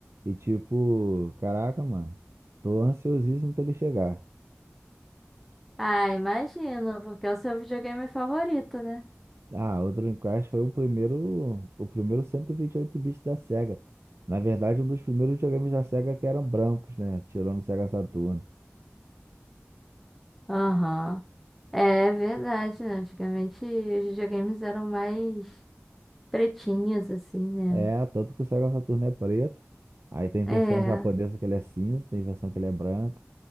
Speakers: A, on the right; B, in the centre.
A: E tipo, caraca, mano. Tô ansiosíssimo pra ele chegar.
B: Ah, imagino, porque é o seu videogame favorito, né?
A: Ah, o Dreamcast foi o primeiro, o primeiro 128 bits da Sega. Na verdade, um dos primeiros videogames da Sega que eram brancos, né? Tirando o Sega Saturn.
B: Aham. É verdade, né? Antigamente os videogames eram mais pretinhos, assim, né?
A: É, tanto que o Sega Saturn é preto. Aí tem versão
B: É.
A: japonesa que ele é cinza, tem versão que ele é branca.